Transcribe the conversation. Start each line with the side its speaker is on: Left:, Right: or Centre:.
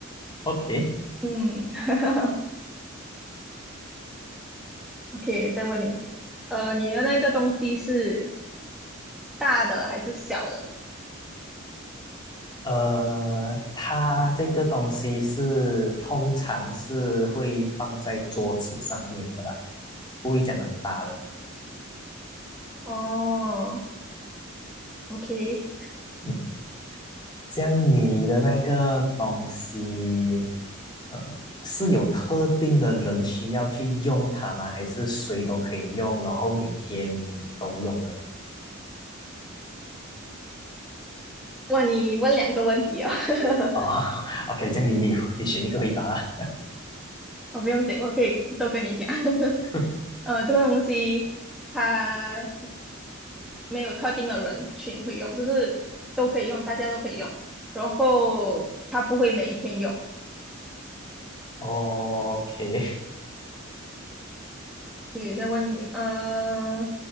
Left: ，OK。
Centre: 嗯 <laughs>，OK，再问你，呃，你的那个东西是大的还是小的？
Left: 呃，它这个东西是通常是会放在桌子上面的啦，不会讲很大的。
Centre: 哦，OK，
Left: 嗯这样你的那个东西，呃，是有特定的人需要去用它吗？还是谁都可以用，然后每天都用的？
Centre: 哇，你问两个问题哦。<laughs>
Left: 哦 <laughs>，OK，这样你你你选一个回答啊
Centre: 我不用紧，我可以都跟你讲。<laughs>
Left: <laughs>
Centre: 呃，这个东西它没有特定的人群会用，就是都可以用，大家都可以用。然后它不会每天用。
Left: 哦，OK，
Centre: 也在问你，呃，